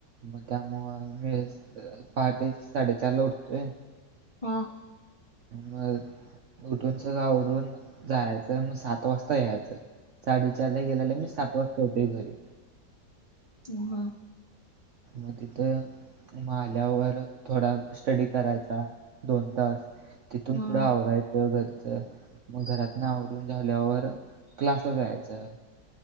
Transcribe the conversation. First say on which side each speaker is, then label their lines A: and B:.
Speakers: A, on the right; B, on the left.
A: मग त्या मुळ वेळच पहाटे साडेचार ला उठतोय.
B: हां.
A: मग उठून सगळ वरून जायाचं मग सात वाजता यायाच. साडेचार ला गेल्याल मी सात वाजता येतोय घरी.
B: हं.
A: मग तिथ मग आल्यावर थोडा स्टडी करायचा दोन तास. तिथून
B: हा
A: पुढ
B: हा
A: आवरायच घर च मग घरातन आवरून झाल्यावर क्लासला जायाचं